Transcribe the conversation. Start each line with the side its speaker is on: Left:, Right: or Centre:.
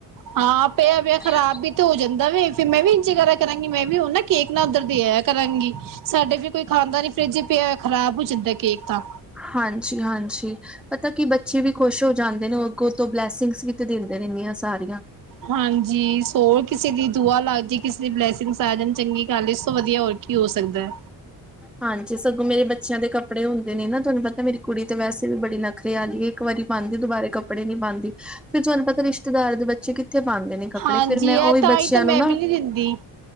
Right: ਹਾਂ ਪਿਆ
Centre: <unintelligible>
Right: ਪਿਆ ਖ਼ਰਾਬ ਵੀ ਤੇ ਹੋ ਜਾਂਦਾ ਵ ਫਿਰ ਮੈਂ ਵੀ ਇੰਜਗਾ ਕਰਾਂਗੀ ਮੈਂ ਵੀ ਹ ਨਾ ਕੇਕ ਨਾ ਉੱਧਰ ਦੀ ਹੈਇਆ ਕਰਾਂਗੀ <unintelligible> ਸਾਡੇ ਵੀ ਕੋਈ ਖਾਂਦਾ ਨੀ ਫਰਿਜ਼ ਚ ਖਰਾਬ ਹੋ ਜਾਂਦਾ ਕੇਕ ਤਾਂ
Centre: ਹਾਂਜੀ ਹਾਂਜੀ ਪਤਾ ਕੀ ਬੱਚੇ ਵੀ ਖੁਸ਼ ਹੋ ਜਾਂਦੇ ਨੇ ਉਹ ਤੋਂ ਬਲੈਸਿੰਗਸ ਵੀ ਤੇ ਦਿੰਦੇ ਨੇ ਇਨੀਆਂ ਸਾਰੀਆਂ
Right: ਹਾਂਜੀ ਸੋ ਕਿਸੇ ਦੀ ਦੁਆ ਲਗਦੀ ਕਿਸੇ ਦੀ ਬਲੈਸਿੰਗ ਆ ਜਾਣ ਚੰਗੀ ਗੱਲ ਇਸ ਤੋਂ ਵਧੀਆ ਹੋਰ ਕੀ ਹੋ ਸਕਦਾ
Centre: ਹਾਂਜੀ ਸਗੋਂ ਮੇਰੇ ਬੱਚਿਆਂ ਦੇ ਕੱਪੜੇ ਹੁੰਦੇ ਨੇ ਨਾ ਤੁਹਾਨੂੰ ਪਤਾ ਮੇਰੀ ਕੁੜੀ ਤੇ ਵੈਸੇ ਵੀ ਬੜੀ ਨ <unintelligible> ਇੱਕ ਵਾਰੀ ਪਾਉਂਦੀ ਦੁਬਾਰੇ ਕੱਪੜੇ ਪਾਂਦੀ ਫਿਰ ਤੁਹਾਨੂੰ ਪਤਾ ਰਿਸ਼ਤੇਦਾਰ ਦੇ ਬੱਚੇ ਪਾਉਂਦੇ ਨੇ ਕੱਪੜੇ
Right: ਹਾਂਜੀ
Centre: ਫੇਰ ਮੈਂ
Right: ਇਹ
Centre: ਓਹੀ
Right: ਤਾਂ
Centre: ਬੱਚਿਆਂ
Right: ਹੀ ਤਾਂ ਮੈਂ
Centre: ਨੂੰ ਨਾ
Right: ਵੀ ਨਹੀਂ ਦਿੰਦੀ